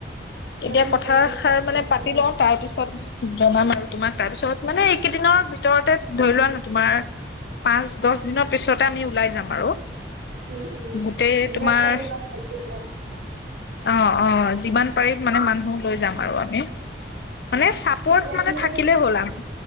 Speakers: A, on the left (about 60°); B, on the right (about 85°).
A: এতিয়া
B: যদি
A: কথাষাৰ
B: প্ৰটেষ্ট
A: মানে পাতি লওঁ, তাৰ পিছত জনাম আৰু তোমাক তাৰ পিছত মানে এইকেইদিনৰ ভিতৰতে ধৰি লোৱা ন তোমাৰ, পাঁচ দহ দিনৰ পিছতে আমি ওলাই যাম আৰু।
B: উম উম
A: গোটেই
B: যিমান
A: তোমাৰ
B: পাৰিম
A: অ অ যিমান পাৰি মানে মানুহ লৈ যাম আৰু আমি মানে চাপৰ্ট
B: এতিয়া মানে
A: থাকিলে হ'ল আম